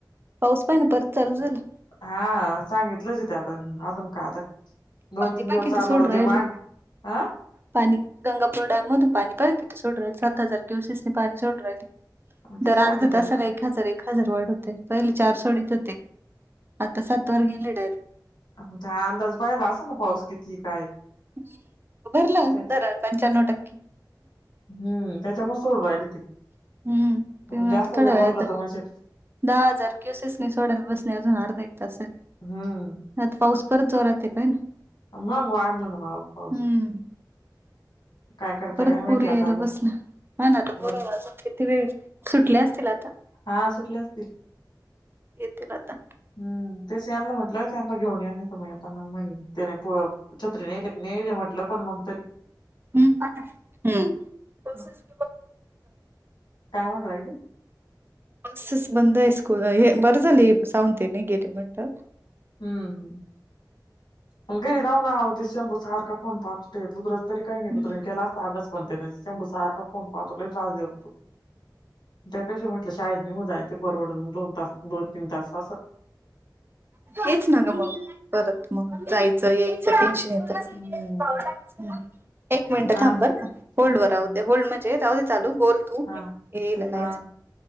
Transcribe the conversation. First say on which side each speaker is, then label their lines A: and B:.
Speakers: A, on the right; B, on the left.
A: पाऊस पाहि ना परत चालू झाला.
B: हा, सांगितलं हो ते आता, अजून काय आता दोन
A: पाणी
B: तीन
A: पाय
B: दिवस
A: किती
B: चालला
A: सोडू
B: तर
A: राहिले
B: ते माग, हं.
A: पाणी, गंगापूर डॅम मधून पाणी पड किथे सोड राल सात हजार क्युसेस पाणी सोड राल.
B: तेच
A: दर
B: सांगते
A: अर्धा तासाला
B: ना.
A: एक हजार एक. हजरवाड होतय, पहिले चार सोडीत होते, आता सात वर गेले डायरेक्ट.
B: आमचा अंदाज पायला असा ना पाऊस किती काय.
A: हम्म उ, भरलं
B: त्याच
A: धरन पंच्याण्णव टक्के.
B: हम्म, त्याच्यामुळे सोडू राहिले ते,
A: हम्म पण
B: जास्त
A: आता थोड्या
B: जर
A: वेळात
B: भरलं तर म्हणसे
A: दहा हजार क्युसेसने सोडायला बसले अजून अर्धा एक तासाने.
B: हम्म.
A: आता पाऊस परत जोरात पहि ना.
B: मंग वाढलं ना पाऊस पाऊस
A: हम्म
B: काय करता
A: परत
B: काय माहिती
A: पूर
B: आता
A: यायला
B: अजून
A: बसलं, ह ना तर
B: मग-
A: पोर वाजून किती वेळ, सुटले असतील आता.
B: हा सुटले असतील.
A: येतील आता.
B: हम्म तेच हना म्हटलं, त्यांना घेऊन या नाहीेत मग आता ना म्हन त्याने छत्री ने, नेले म्हटलं पण मग तरी,
A: हम् हम्म. बसेस
B: हम्म. काय म्हण राहिेले?
A: बसेस बंद स्कूल, हे बर झाली सावंत येनी गेली म्हटलं.
B: हम्म हम्म, मग घरी राहून अवो ते शंभू सारखा फोन पाहत होते गुदर तरी काही नाही
A: हम्म
B: केला असता अभ्यास पन शंभु सारखा फोन पातो लय त्रास देतो. त्यापेक्षा म्हटलं शाळेत मी उद्या ते परवडल, दोन तास दोन तीन तास असं.
A: हेच ना ग मग परत. मग जायचं यायचं टेन्शन येतं.
B: हम्म
A: एक मिनिट
B: हा
A: थांब
B: त-
A: बर का, होल्ड वर
B: हा
A: राहु दे, होल्ड म्हणजे राहुदे चालू बोल तु,
B: हा
A: येलना
B: हा